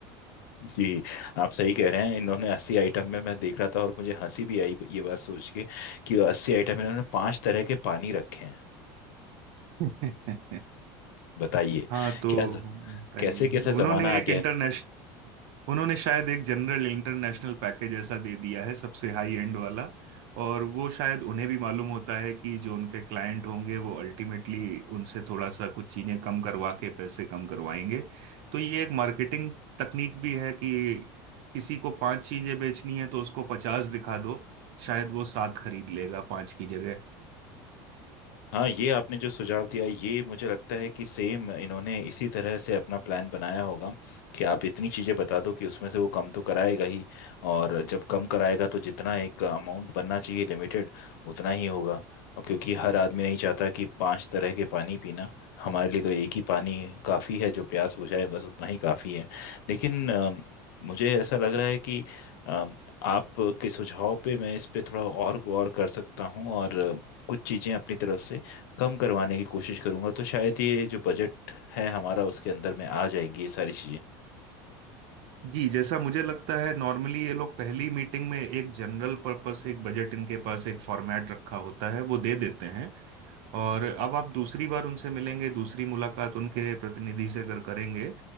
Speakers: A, on the left (about 85°); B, on the right (about 65°).
A: जी आप सही कह रहे हैं इन्होंने अस्सी आइटम में मैं देख रहा था और मुझे हंसी भी आई ये बात सोच के कि अस्सी आइटम इन्होंने पांच तरह के पानी रखे हैं
B: <laughs>
A: बताइए
B: हाँ तो
A: क्या
B: बताइए
A: कैसे कैसे
B: उन्होंने
A: जमाना आ
B: एक
A: गया
B: इंटरनेशनल
A: है
B: उन्होंने शायद एक जनरल इंटरनेशनल पैकेज ऐसा दे दिया है सबसे हाई एंड वाला और वो शायद उन्हें भी मालूम होता है कि जो उनके क्लाइंट होंगे वो अल्टीमेटली उनसे थोड़ा सा कुछ चीजें कम करवा के पैसे कम करवाएंगे तो ये एक मार्केटिंग तकनीक भी है कि किसी को पांच चीजें बेचनी है तो उसको पचास दिखा दो शायद वो सात खरीद लेगा पांच की जगह
A: हाँ ये आपने जो सुझाव दिया ये मुझे लगता है कि सेम इन्होंने इसी तरह से अपना प्लान बनाया होगा कि आप इतनी चीज़ें बता दो कि उसमें से वो कम तो कराएगा ही और जब कम कराएगा तो जितना एक अमाउंट बनना चाहिए लिमिटेड उतना ही होगा और क्योंकि हर आदमी नहीं चाहता कि पांच तरह के पानी पीना हमारे लिए तो एक ही पानी काफ़ी है जो प्यास बुझाए बस उतना ही काफ़ी है लेकिन अम, मुझे ऐसा लग रहा है कि अम, आप के सुझाव पे मैं इस पे थोड़ा और गौर कर सकता हूँ और अ, कुछ चीज़ें अपनी तरफ से कम करवाने की कोशिश करूंगा तो शायद ये जो बजट है हमारा उसके अंदर में आ जाएंगी ये सारी चीज़ें
B: जी जैसा मुझे लगता है नॉर्मली ये लोग पहली मीटिंग में एक जनरल पर्पस एक बजट इनके पास एक फॉर्मेट रखा होता है वो दे देते हैं और अब आप दूसरी बार उनसे मिलेंगे दूसरी मुलाकात उनके प्रतिनिधि से अगर करेंगे